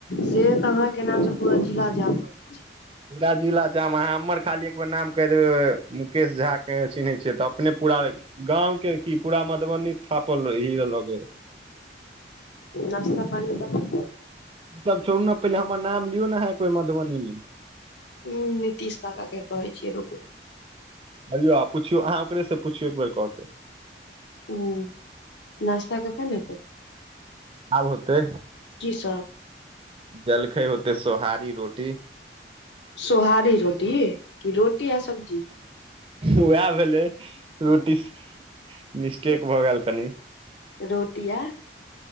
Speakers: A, on the left (about 80°); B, on the right (about 30°).
A: से तऽ अहाँ के नाम से पूरा जिला जाम। जाइ छै
B: पुरा जिला जाम अहाँ हमर खाली एक बेर नाम कहि देबै। मुकेश झा के चिन्है छियै तऽ अपने पूरा गाँंव के की पूरा मधुबनी थ ही लगै <unintelligible>
A: नश्ता पानि भ गेलै
B: ई सब छोड़ू ने पहिले हमर नाम लियौ ने आहां एकबेर मधुबनीमे
A: उ नितीश काका के कहै छियै रुकू
B: अयौ आ पुछियौ अहाँ ओकरेसँ पुछियौ एक बेरऽ क के
A: हूँ नास्ता कखन हेतै
B: आब होतै
A: की सब
B: जलखै होतै सोहारी रोटी
A: सोहारी रोटी कि रोटी आ सब्जी
B: वएह भेलै रोटी मिस्टेक भऽ गेल कनि
A: रोटी आ